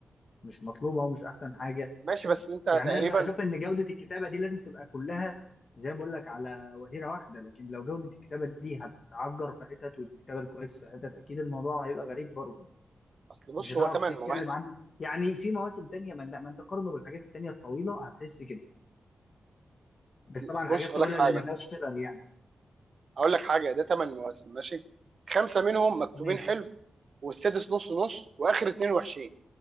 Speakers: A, on the left; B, on the right.
A: مش مطلوبه ومش احسن حاجه
B: ماشي بس انت
A: يعني
B: تقريبا
A: انا بشوف ان جوده الكتابه دي لازم تبقى كلها زي ما بقول لك على وتيره واحده لكن لو جوده الكتابه دي هتعجر في حتت وتشتغل كويس في حتت اكيد الموضوع هيبقى غريب برضه
B: اصل بص
A: مش هتعرف
B: هو ثمان
A: تتكلم
B: مواسم
A: عنه يعني في مواسم تانية ما ما انت قارنه بالحاجات التانية الطويلة هتحس كده بس طبعا
B: بص
A: الحاجات الطويلة
B: اقول لك حاجه
A: اللي ما فيهاش فيلر يعني
B: هقول لك حاجه ده ثمان مواسم ماشي خمسه منهم مكتوبين
A: ماشي
B: حلو والسادس نص نص واخر اتنين وحشين